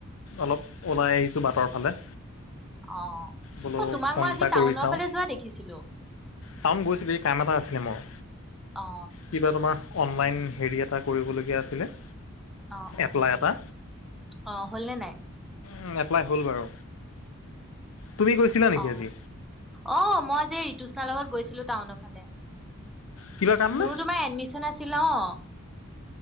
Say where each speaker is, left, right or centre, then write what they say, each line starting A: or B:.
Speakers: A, on the left; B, in the centre.
A: অলপ ওলাই আহিছো বাটৰ ফালে।
B: অ
A: বোলো
B: অ তোমাক
A: ফোন
B: মই
A: এটা
B: আজি টাউনৰ
A: কৰি চাওঁ।
B: ফালে যোৱা দেখিছিলো।
A: টাউন গৈছিলো এই কাম এটা আছিলে মোৰ
B: অ
A: কিবা তোমাৰ। অনলাইন হেৰি এটা কৰিবলগীয়া আছিলে।
B: অ অ
A: এপ্লাই এটা।
B: অ হ'লনে নাই
A: উম এপ্লাই হ'ল বাৰু তুমি গৈছিলা নেকি
B: অ
A: আজি
B: অ' মই আজি ঋতুষ্ণাৰ লগত গৈছিলো টাউনৰ ফালে।
A: কিবা কাম নে?
B: মোৰো তোমাৰ এডমিচন আছিল অ'।